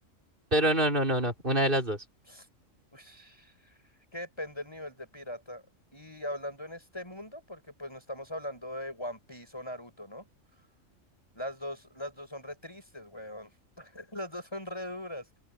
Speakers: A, on the right; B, on the left.
A: Pero no, no, no, no, una de las dos.
B: <laughs> Ush, que depende del nivel de pirata. Y hablando en este mundo, porque pues no estamos hablando de One Piece o Naruto, ¿no? Las dos, las dos son re tristes, weón. <laughs> Las dos son re duras.